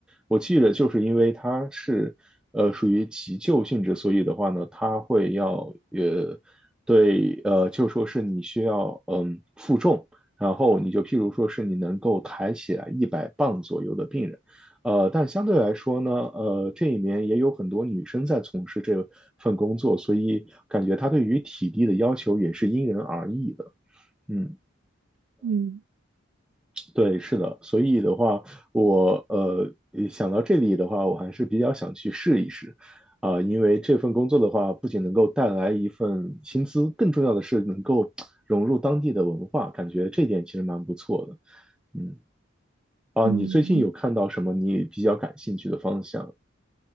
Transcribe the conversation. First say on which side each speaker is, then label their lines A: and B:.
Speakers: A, in the centre; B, on the right.
A: 我记着，就是因为他是呃属于急救性质，所以的话呢，他会要呃对呃就说是你需要嗯负重，然后你就譬如说是你能够抬起来一百磅左右的病人，呃，但相对来说呢，呃这里面也有很多女生在从事这份工作，所以感觉他对于体力的要求也是因人而异的，嗯。
B: 嗯
A: 对，是的，所以的话，我呃想到这里的话，我还是比较想去试一试，啊、因为这份工作的话，不仅能够带来一份薪资，更重要的是能够 <tsk> 融入当地的文化，感觉这点其实蛮不错的。嗯，啊、
B: 嗯，
A: 你最近有看到什么你比较感兴趣的方向，
B: 嗯